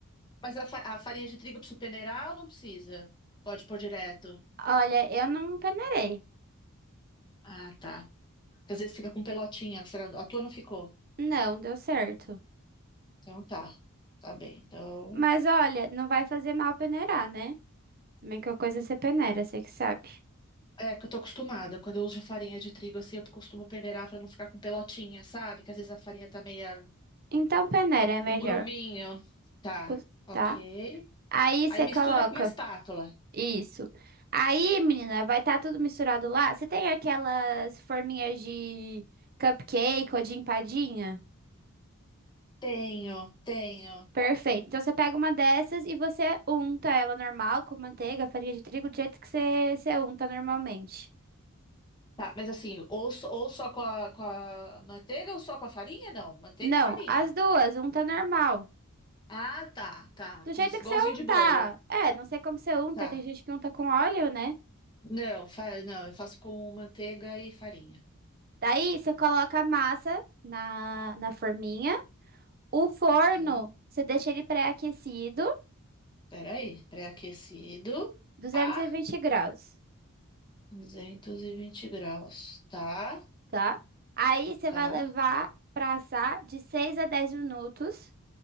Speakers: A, on the left; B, on the right.
A: Mas a, fa- a farinha de trigo precisa peneirar ou não precisa? Pode pôr direto.
B: Olha, eu não peneirei.
A: Ah, tá. Porque às vezes fica com pelotinha, será- a tua não ficou?
B: Não, deu certo.
A: Então tá, tá bem. Então,
B: Mas olha, não vai fazer mal peneirar, né? Também que a coisa você peneira, você que sabe.
A: é que eu tô acostumada, quando eu uso farinha de trigo assim, eu costumo peneirar pra não ficar com pelotinha, sabe? Que às vezes a farinha tá meia
B: Então peneira é
A: um
B: melhor,
A: gruminho. Tá,
B: cus-
A: ok.
B: tá? Aí
A: Aí
B: você
A: mistura
B: coloca.
A: com uma espátula.
B: Isso. Aí, menina, vai estar tudo misturado lá. Você tem aquelas forminhas de cupcake ou de empadinha?
A: Tenho, tenho.
B: Perfeito. Então você pega uma dessas e você unta ela normal com manteiga, farinha de trigo, do jeito que você, você unta normalmente.
A: Tá, mas assim, ou, só- ou só com a, com a manteiga ou só com a farinha? Não, manteiga
B: Não,
A: e farinha.
B: as duas, unta normal.
A: Ah, tá, tá.
B: Do jeito
A: Como se-
B: que
A: igualzinho
B: você
A: de
B: untar.
A: bolo.
B: É, não sei como você unta,
A: Tá.
B: tem gente que unta com óleo, né?
A: Não, fa- não, eu faço com manteiga e farinha.
B: Daí você coloca a massa na, na forminha. O forno,
A: Tá.
B: você deixa ele pré-aquecido.
A: Peraí, pré-aquecido.
B: duzentos
A: Tá.
B: e vinte graus,
A: duzentos e vinte graus. Tá,
B: tá? Aí você
A: tá.
B: vai levar pra assar de 6 a 10 minutos